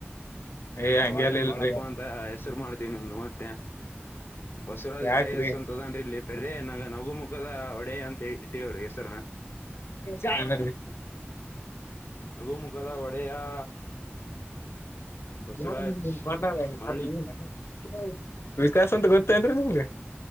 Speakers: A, on the left (about 75°); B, on the left (about 60°).
A: ಏ ಹಂಗೆಲ್ಲ
B: ಬಾಳೇನ್
A: ಇಲ್ರಿ
B: ಬಾಳಪ್ಪ ಅಂತ ಹೆಸರು ಮಾಡ್ತ ನಿಮ್ದು ಮತ್ತೆ ಬಸವರಾಜ್
A: ಯಾಕ್ರಿ
B: ಯ ಎಸ್ ಅಂತದೀ ಲೇಟ್ ಬೇರೆ ನ ನಗು ಮುಖದ ಒಡೆ ಅಂತ ಇಟ್ಟೀವ್ರಿಗೆ
A: ಹಾ ರೀ
B: ನಗುಮುಖದ ಒಡೆಯ <inaudible> ಬಸವರಾಜ್
A: ಯ ಬಾವರ್ ಮಾಡ <inaudible>
B: ಮರಳಿ
A: <unintelligible> ವಿಕಾಸ ಅಂತ ಗೊತ್ತೇನ್ರಿ ನಮ್ಗೆ